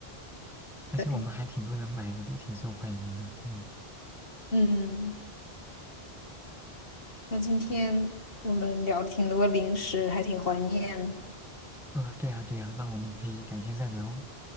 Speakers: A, in the centre; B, on the left (about 65°).
A: 而且我们还挺多人买的，
B: 对，
A: 都挺受欢迎的，嗯
B: 嗯，那今天我们聊了挺多零食，还挺怀念的。
A: 嗯，对呀对呀，那我们可以改天再聊哦，